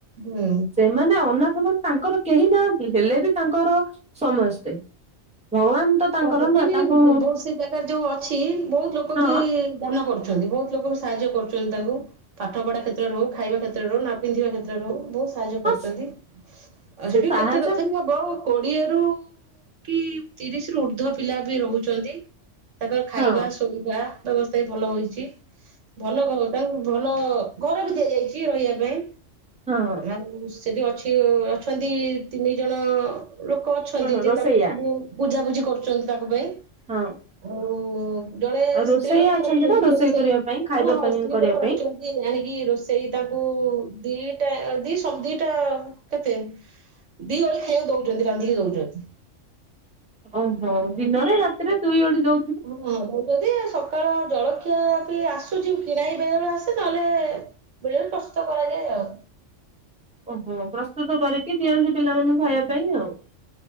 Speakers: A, on the right; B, in the centre.
A: ହୁଁ
B: ମାନେ ଅନାଥ ମାନେ ତାଙ୍କର କେହି ନା ହେଲେ ବି ତାଙ୍କର ସମସ୍ତେ। ଭଗବାନ ତାଙ୍କର
A: ତ ତଥାପି
B: ନା ତାଙ୍କୁ
A: ବହୁତ ସେଇ ଜାଗାରେ ଯୋଉ ଅଛି ବହୁତ ଲୋକ
B: ହଁ
A: ବି ଦାନ କରୁଛନ୍ତି ବହୁତ ଲୋକ ସାହାଯ୍ୟ କରୁଛନ୍ତି ତାଙ୍କୁ। ପାଠଢ଼ା କ୍ଷତ୍ରରେ ହେ ଖାଇବା କ୍ଷତ୍ରରୁଉ ପିନ୍ଧିବା କ୍ଷେତରେଉ ବତ ସାହାଯ୍ୟ କରୁଛନ୍ତି
B: ହଁ
A: ଆଉ
B: ସେ
A: ସେଠି
B: ସାହାଯ୍ୟ
A: କେତେ ତଥ ହି ହବ କୋଡିଏରୁ। କି ତିରିଶ ରୁ ଉର୍ଦ୍ଧ ପିଲା ବି ରହୁଛନ୍ତି ତାଙ୍କର ଖାଇବା
B: ହଁ
A: ଶୋଇବା।। ବ୍ୟବସ୍ଥା ବି ଭଲ ହୋଇଛି ଭଲ ତାଙ୍କୁ ଭଲ ଘର ବି ଦିଆଯାଇଛି ରହିବା ପାଇଁ।
B: ହଁ।
A: ଆଉ ସେଠି ଅଛି ଅଛନ୍ତି ତିନି ଜଣ ଲୋକ ଅଛନ୍ତି
B: କଣ
A: ଯେ
B: ରୋଷେଇଆ
A: ତାଙ୍କ। ବୁଜାାବୁଝି କରୁଛନ୍ତି ତାଙ୍କ ପାଇଁ।
B: ହଁ।
A: ଆଉ ଜଣେ
B: ଆଉ ରୋଷେଇଆ
A: ସ୍ତ୍ରୀ ଲୋକ ବି
B: ଅଛନ୍ତି
A: ରଖୁଛନ୍ତି
B: ନା
A: ରୋଷେଇ
B: କରିବା ପାଇଁ ଖାଇବା
A: ହଁ ହଁ
B: ପାଇଁ
A: ସ୍ତ୍ରୀ
B: କରିବା
A: ଲୋକ
B: ପାଇଁ
A: ରଖିଛନ୍ତି। ଆଣିକି ରୋଷେଇ ତାଙ୍କୁ ଦିଟା ଦି ସ ଦିଟା କେତେ। ଦି ଓଳି ଖାଇବାକୁ ଦଉଛନ୍ତି ରାନ୍ଧିକି ଦଉଛନ୍ତି।
B: ଓହୋ
A: ହଁ
B: ଦିନରେ ରାତିରେ ଦୁଇ ଓଳି ଦଉ
A: ହଁ। ଯଦି ସକାଳ ଜଳଖିଆ ବି ଆସୁଛି କିଣାଇବେବେଳେ ଆସେ ତାହେଲେ ବୁଲିବ ପ୍ରସ୍ତତ କରାଯାଏ ଆଉ।
B: ଓହୋ ପ୍ରସ୍ତୁତ କରିକି ଦିଅନ୍ତି ପିଲାମାନଙ୍କୁ ଖାଇବା ପାଇଁ ଆଉ।